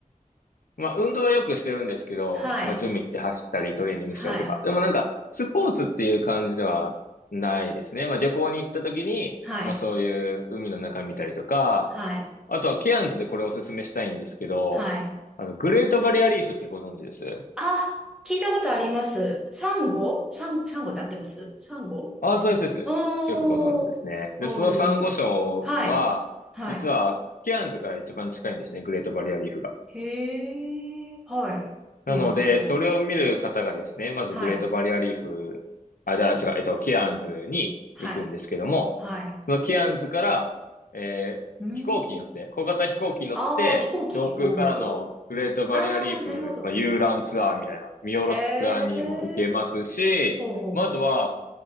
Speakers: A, on the left (about 90°); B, in the centre.
A: まあ、運動はよくしてるんですけど、
B: はい。
A: まあ、ジム行って走ったり、トレーニングしたりとか。
B: はい。
A: でもなんか、スポーツっていう感じではないですね。まあ、旅行に行った時に、
B: はい。
A: まあ、そういう海の中見たりとか、
B: はい。
A: あとはケアンズでこれおすすめしたいんですけど、
B: はい。
A: あの、グレートバリアリーフってご存知です
B: あ、聞いたことあります。サンゴサン、サンゴで合ってますサンゴ
A: ああ、そうです、そうです。
B: おー。
A: よくご存知ですね。
B: おー、
A: で、そのサンゴ礁は、
B: いえいえ。はい。は
A: 実は、ケアンズから一番近いんですね、グレートバリアリーフが。
B: い。へえ。はい。
A: なので、
B: ほうほうほ
A: それを見る方がですね、まずグレートバリアリーフ、
B: う。はい。
A: あ、じゃあ違う、えっと、ケアンズに行くんですけども、
B: はい。はい。
A: そのケアンズから、えー飛行機に乗って、
B: うん。
A: 小型飛行機に乗って、
B: ああ、飛行機。
A: 上空からのグレートバリアリーフ、
B: ほうほうほう。ああ、なるほど。
A: まあ、遊覧ツアーみたいな、見下ろすツアーにも行けますし、
B: へえ。ほうほうほう。
A: まあ、あとは、